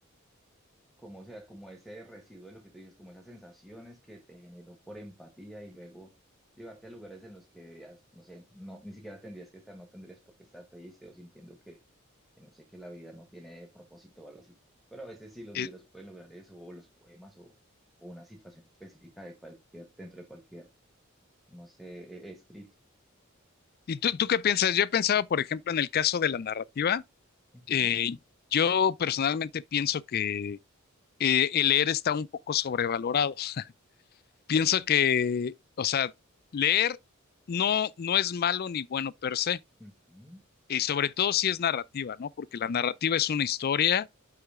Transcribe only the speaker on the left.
Eh,
¿Y tú, tú qué piensas? Yo he pensado, por ejemplo, en el caso de la narrativa.
Eh, yo personalmente pienso que eh, el leer está un poco sobrevalorado. <laughs> Pienso que, o sea, leer no, no es malo ni bueno per se,
y sobre todo si es narrativa, ¿no? Porque la narrativa es una historia